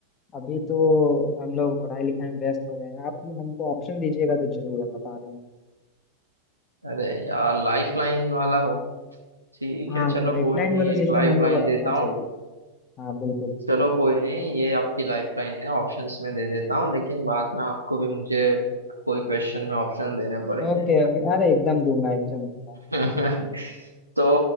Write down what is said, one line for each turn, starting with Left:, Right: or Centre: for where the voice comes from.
Left: अभी तो हम लोग पढ़ाई लिखाई में व्यस्त हो गए हैं आप हमको ऑप्शन दीजिएगा तो जरूर हम बता देंगे
Right: अरे यार लाइफ लाइन वाला हो ठीक
Left: हाँ
Right: है चलो
Left: लाइफलाइन
Right: कोई नहीं
Left: वाला
Right: एक
Left: सिस्टम
Right: लाइफ
Left: हम लोग
Right: लाइन
Left: को
Right: देता
Left: रखना चाहिए
Right: हूँ
Left: था हाँ बिल्कुल
Right: चलो कोई नहीं ये आपकी लाइफ लाइन है ऑप्शंस में दे देता हूँ लेकिन बाद में आपको भी मुझे कोई क्वेश्चन में ऑप्शन देने पड़ेंगे
Left: ओके ओके अरे एकदम दूंगा एकदम दूंगा
Right: <laughs> तो